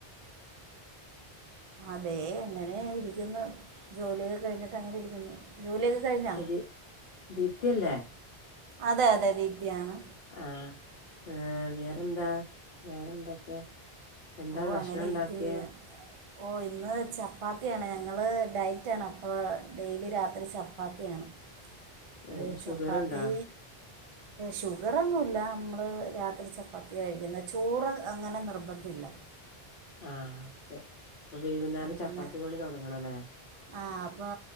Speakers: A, on the right (about 50°); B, on the left (about 60°).
A: അതെ അങ്ങനെ ഇരിക്കുന്നു. ജോലിയൊക്കെ കഴിഞ്ഞിട്ട് അങ്ങനെ ഇരിക്കുന്നു. ജോലിയൊക്കെ കഴിഞ്ഞാ
B: ശദി ദീപ്തി അല്ലേ?
A: അതെ, അതെ ദീപ്തിയാണ്.
B: ആ ഏ വേറെന്താ വേറെന്തൊക്കെയാ? എന്താ
A: ഓ
B: ഭക്ഷണം
A: അങ്ങനെ
B: ഉണ്ടാക്കിയേ?
A: ഇരിക്കുന്നു ഓ ഇന്ന് ചപ്പാത്തിയാണ്. ഞങ്ങള് ഡയറ്റാണ് അപ്പോ ഡെയിലി രാത്രി ച പ്പാത്തിയാണ് അത്
B: ഏഹ് ഷുഗറുണ്ടോ
A: ചപ്പാത്തി ഷുഗറോന്നുല്ല നമ്മൾ രാത്രി ചപ്പാത്തി കഴിക്കുന്ന ചോറ് അങ്ങനെ നിർബന്ധല്ല.
B: ആ ഓക്കെ അപ്പൊ വൈകുന്നേരം
A: അങ്ങനെ
B: ചപ്പാത്തി പണി തുടങ്ങണ അല്ലേ?
A: ആ അപ്പൊ